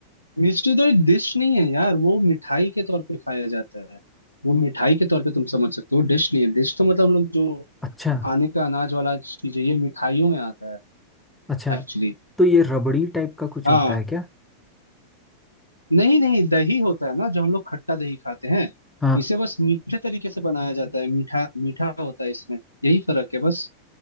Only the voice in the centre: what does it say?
अच्छा
अच्छा
तो ये रबड़ी टाइप का कुछ
होता है क्या
हाँ